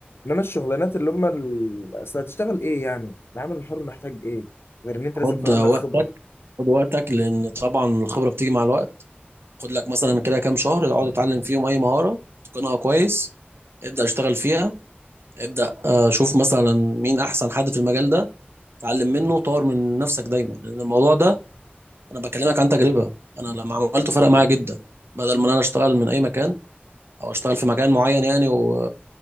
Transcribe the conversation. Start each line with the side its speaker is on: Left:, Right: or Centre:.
Left: انما الشغلانات اللي هم ال... اصل هتشتغل ايه يعني العمل الحر محتاج ايه غير ان انت
Right: خد
Left: لازم يكون عندك
Right: آه، وقتك
Left: خبره
Right: خد وقتك لان طبعا الخبرة بتيجي مع الوقت خد لك مثلا كده كام شهر اقعد اتعلم فيهم اي مهارة تكونها كويس ابدأ اشتغل فيها ابدأ آه، شوف مثلا مين احسن حد في المجال ده اتعلم منه وطور من نفسك دايما لان الموضوع ده انا بكلمك عن تجربة انا لما عملته فرق معايا جدا بدل ما انا اشتغل من اي مكان او اشتغل في مكان معين يعني و...